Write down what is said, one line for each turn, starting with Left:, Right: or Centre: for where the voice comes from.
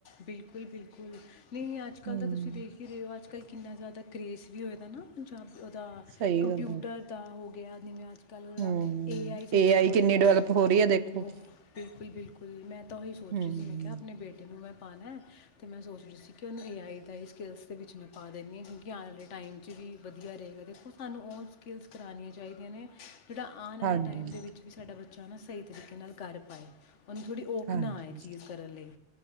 Left: ਬਿਲਕੁਲ ਬਿਲਕੁਲ ਨਹੀਂ ਅੱਜ ਕੱਲ੍ਹ
Right: ਹਮ
Left: ਤਾਂ ਤੁਸੀਂ ਦੇਖ ਹੀ ਰਹੇ ਹੋ ਅੱਜ ਕੱਲ੍ਹ ਕਿੰਨਾ ਜ਼ਿਆਦਾ ਕਰੇਜ਼ ਵੀ ਹੋਏ ਦਾ ਨਾ ਪੰਜਾਬ ਉਹਦਾ
Right: ਸਹੀ
Left: ਕੰਪਿਊਟਰ
Right: ਗੱਲ ਹੈ
Left: ਦਾ ਹੋ ਗਿਆ ਆਦ ਮੈਂ <unintelligible> ਕੱਲ੍ਹ ਉਹਦਾ
Right: ਹਮ
Left: ਏ ਆਈ ਚੱਲਿਆ ਹੋਇਆ
Right: ਕਿੰਨੀ
Left: ਹੈ
Right: ਡਿਵੈਲਪ ਹੋ ਰਹੀ ਹੈ ਦੇਖੋ
Left: ਓਫ ਬਿਲਕੁਲ ਬਿਲਕੁਲ ਮੈਂ ਤਾਂ ਉਹੀ ਸੋਚ
Right: ਹਮ
Left: ਰਹੀ ਸੀ ਮੈਂ ਕਿਹਾ ਆਪਣੇ ਬੇਟੇ ਨੂੰ ਮੈਂ ਪਾਉਣਾ ਹੈ ਅਤੇ ਮੈਂ ਸੋਚ ਰਹੀ ਸੀ ਕਿ ਉਹਨੂੰ ਏ ਆਈ ਦਾ ਹੀ ਸਕਿੱਲਸ ਦੇ ਵਿੱਚ ਮੈਂ ਪਾ ਦਿੰਦੀ ਹਾਂ ਕਿਉਂਕਿ ਆਉਣ ਵਾਲੇ ਟਾਈਮ 'ਚ ਵੀ ਵਧੀਆ ਰਹੇਗਾ ਦੇਖੋ ਸਾਨੂੰ ਉਹ ਸਕਿੱਲਸ ਕਰਉਣੀਆਂ ਚਾਹੀਦੀਆਂ ਨੇ ਜਿਹੜਾ ਆਣ ਵਾਲੇ
Right: ਹਾਂਜੀ,
Left: ਟਾਈਮ ਦੇ ਵਿੱਚ ਵੀ ਸਾਡਾ ਬੱਚਾ ਬੱਚਾ ਨਾ ਸਹੀ ਤਰੀਕੇ ਨਾਲ ਕਰ ਪਾਏ ਉਹਨੂੰ ਥੋੜ੍ਹੀ ਔਖ
Right: ਹਾਂਜੀ,
Left: ਨਾ ਆਏ ਇਹ ਚੀਜ਼ ਕਰਨ ਲਈ